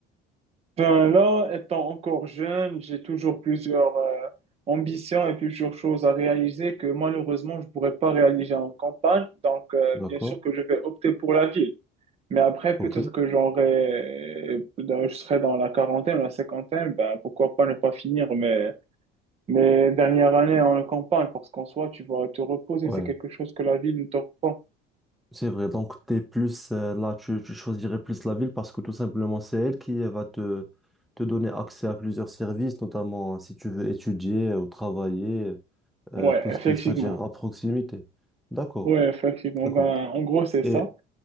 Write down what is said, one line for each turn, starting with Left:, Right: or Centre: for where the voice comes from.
Right: Ben là, étant encore jeune, j'ai toujours plusieurs euh, ambitions et plusieurs choses à réaliser que malheureusement, je ne pourrais pas réaliser en campagne. Donc, euh,
Centre: D'accord?
Right: bien sûr que je vais opter pour la ville. Mais après,
Centre: Ok?
Right: peut-être que j'aurai, dans- je serai dans la quarantaine, la cinquantaine, ben, pourquoi pas ne pas finir mes, mes dernières années en campagne, parce qu'en soi, tu vas te reposer,
Centre: Ouais.
Right: c'est quelque chose que la ville ne t'offre pas.
Centre: C'est vrai. Donc, t'es plus, euh, là, tu, tu choisirais plus la ville parce que tout simplement, c'est elle qui euh, va te, te donner accès à plusieurs services, notamment euh, si tu veux étudier ou travailler, euh,
Right: Ouais,
Centre: tout ce
Right: effectivement.
Centre: qui est, c'est-à-dire à proximité. D'accord.
Right: Ouais, effectivement.
Centre: D'accord.
Right: Ben, en gros, c'est
Centre: Et
Right: ça.